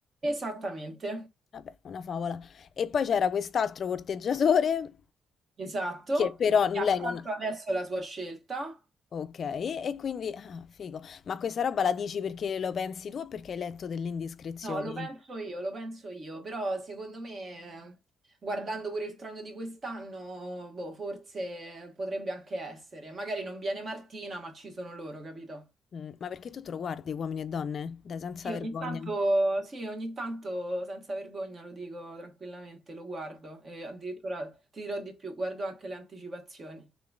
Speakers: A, on the right (about 40°); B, on the left (about 45°).
A: Esattamente,
B: Vabbè, una favola. E poi c'era quest'altro corteggiatore
A: esatto.
B: che però lei
A: E ha fatto
B: non...
A: adesso la sua scelta.
B: Ok, e quindi... Ah, figo. Ma questa roba la dici perché lo pensi tu o perché hai letto delle indiscrezioni?
A: No, lo penso io, lo penso io, però secondo me, guardando pure il trono di quest'anno, boh, forse potrebbe anche essere. Magari non viene Martina, ma ci sono loro, capito?
B: Mh, ma perché tu te lo guardi Uomini e donne? Dai, senza
A: Sì,
B: vergogna.
A: ogni tanto,
B: Lo
A: sì, ogni tanto, senza vergogna, lo dico tranquillamente, lo guardo e addirittura ti dirò di più, guardo anche le anticipazioni.